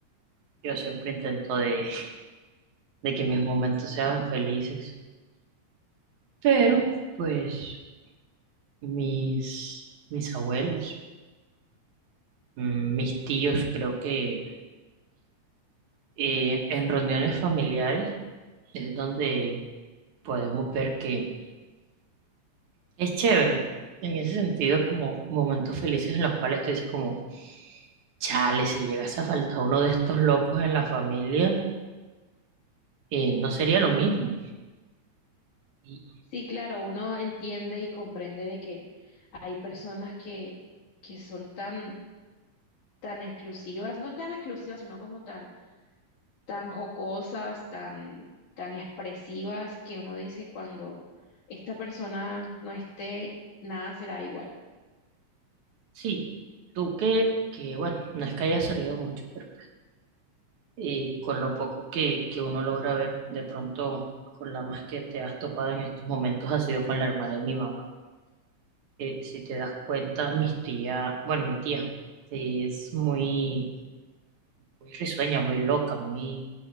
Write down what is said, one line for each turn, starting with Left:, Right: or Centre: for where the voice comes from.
Right: Yo siempre intento de, de que mis momentos sean felices, pero pues mis, mis abuelos, mm, mis tíos, creo que eh, en reuniones familiares es donde podemos ver que Es chévere. En ese sentido, como momentos felices en los cuales tú dices como, chale, si llegase a faltar uno de estos locos en la familia, eh, no sería lo mismo. Y
Left: Sí, claro, uno entiende y comprende de que hay personas que, que son tan, tan exclusivas, no tan exclusivas, sino como tan tan jocosas, tan, tan expresivas, que uno dice cuando esta persona no esté, nada será igual.
Right: sí, tú que, que bueno, no es que haya salido mucho, pero eh, con lo poco que, que uno logra ver, de pronto con la más que te has topado en estos momentos ha sido con la hermana de mi mamá. Eh, si te das cuenta, mis tía, bueno, mi tía es muy, muy risueña, muy loca, muy